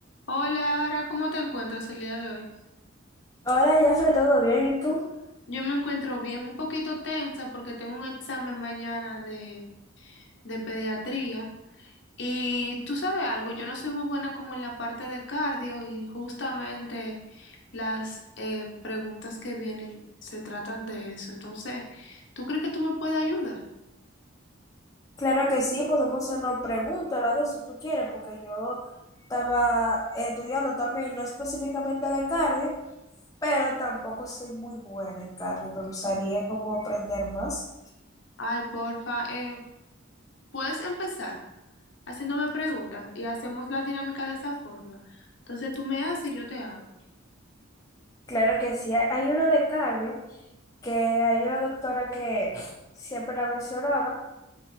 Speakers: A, on the left (about 60°); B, on the left (about 15°).
A: Hola, Ara, ¿cómo te encuentras el día de hoy?
B: Hola, Jeffrey, ¿todo bien? ¿Y tú?
A: Yo me encuentro bien, un poquito tensa porque tengo un examen mañana de, de pediatría. Y tú sabes algo, yo no soy muy buena como en la parte de cardio y justamente las eh, preguntas que vienen se tratan de eso. Entonces, ¿tú crees que tú me puedes ayudar?
B: Claro que sí, podemos hacernos preguntas las dos si tú quieres, porque yo estaba estudiando también, no específicamente de cardio, pero tampoco soy muy buena en cardio. Me gustaría como aprender más.
A: Ay, porfa, eh, puedes empezar haciéndome preguntas y hacemos la dinámica de esa forma. Entonces tú me haces y yo te hago.
B: Claro que sí, hay hay una de cardio, que hay una doctora que siempre la mencionaba,